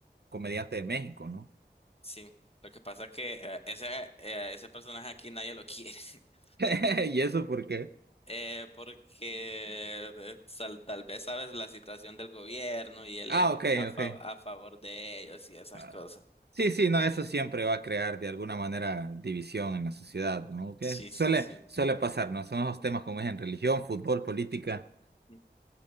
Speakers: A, on the right; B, on the left.
A: comediante de México, ¿no?
B: Sí. Lo que pasa es que eh, ese, eh, ese personaje aquí nadie lo quiere. <laughs>
A: <laughs> ¿Y eso por qué?
B: Eh, porque eh, sal- tal vez sabes la situación del gobierno y él
A: Ah,
B: es
A: ok,
B: a,
A: ok.
B: fa- a favor de ellos y esas
A: Ah,
B: cosas.
A: sí, sí, no, eso siempre va a crear de alguna manera división en la sociedad, ¿no? Que
B: Sí,
A: Suele,
B: sí, sí.
A: suele pasar, ¿no? Son los temas como es en religión, fútbol, política.
B: <sniffs>